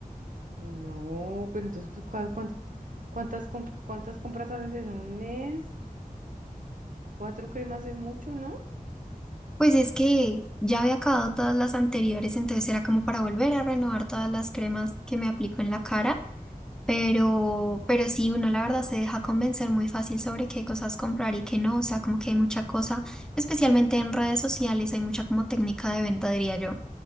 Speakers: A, on the right; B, in the centre.
A: No, pero entonces, ¿tú cua- cuán- cuántas, comp- cuántas compras haces en un mes? Cuatro cremas es mucho, ¿no?
B: Pues es que ya había acabado todas las anteriores, entonces era como para volver a renovar todas las cremas que me aplico en la cara. Pero, pero sí, uno la verdad se deja convencer muy fácil sobre qué cosas comprar y qué no. O sea, como que hay mucha cosa, especialmente en redes sociales, hay mucha como técnica de venta, diría yo,